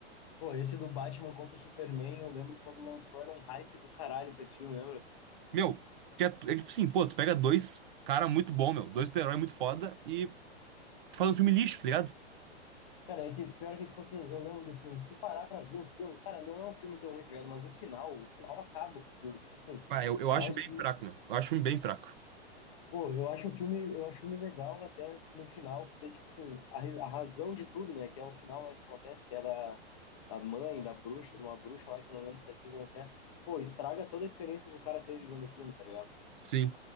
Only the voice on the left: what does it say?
Pô, esse do Batman contra o Superman, eu lembro que quando lançou era um hype do caralho pra esse filme, lembra?
Cara, é que pior que, tipo assim, eu lembro do filme. Se tu parar pra ver o filme, cara, não é um filme tão ruim, tá ligado? Mas o final, o final acaba com o filme, tipo assim.
O final,
assim,
pô, eu acho o filme, eu acho o filme legal até no final, que daí, tipo assim, a, ri- a razão de tudo, né? Que é o final lá que acontece, que é da, da mãe, da bruxa, de uma bruxa lá que eu não lembro certinho como é que é. Pô, estraga toda a experiência que o cara teve vendo o filme, tá ligado?